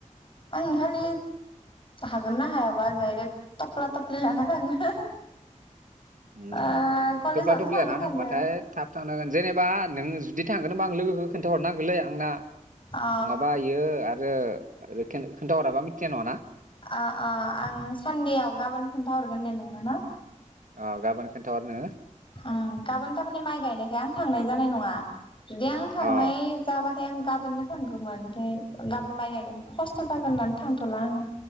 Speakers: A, on the left; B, on the right.
A: आं खालि हागोन ना हायाबा डायरेक्ट थफ्ला थफ्लि लाना थांनो।
B: उम
A: ओ कलेजावथ'
B: थफ्ला थफ्लि
A: थांगोन
B: लानानानै
A: सानदों
B: थांबाथाय थाब थांनांगोन जेनेबा नों जु दि थांगोनबा आं लोगोखौ खोन्था हरनांगोनलै आंना।
A: अ
B: नङाबा इयो आर रो रो खोन-खोन्थाहराबा मिथिनाय नङाना।
A: ओ ओ आं सानदेआव गाबोन खिन्थाहरगोन दे नोंनो ना।
B: अ' गाबोन खोनथाहर नोङो।
A: उम गाबोन थारमाने माइ गायनायखाय आं थांनाय जानाय नङा। जुदि आं थांनाय
B: अ
A: जाबा थाय आं गाबोननो थांगौमोन ओमफ्राय गाबोन माइ गायगोन खस्थ' जागोन होननानै थांथ'ला आङो।